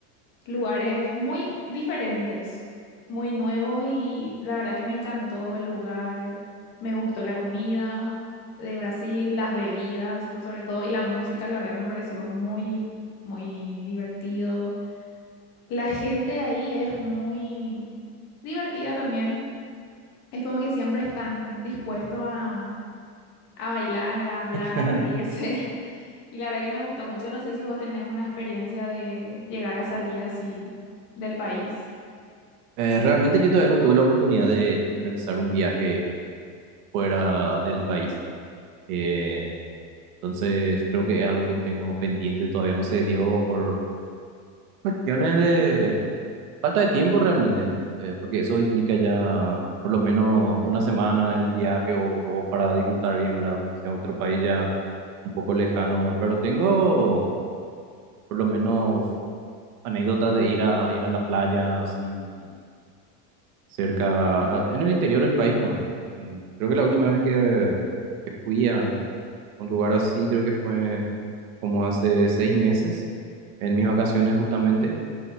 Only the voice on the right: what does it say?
<laughs>
Eh, realmente yo todavía no tuve la oportunidad de realizar un viaje fuera del país. Eh, entonces creo que es algo que tengo pendiente, todavía no se dio por cuestiones de Falta de tiempo realmente, eh, porque eso implica ya por lo menos una semana el viaje o dos para disfrutar bien, ¿verdad? Que sea otro país ya un poco lejano, ¿verdad? Pero tengo por lo menos anécdotas de ir a ir a la playa así cerca, a- en el interior del país, ¿no? Mm, Creo que la última vez que, que fui a un lugar así, creo que fue como hace seis meses, en mis vacaciones justamente.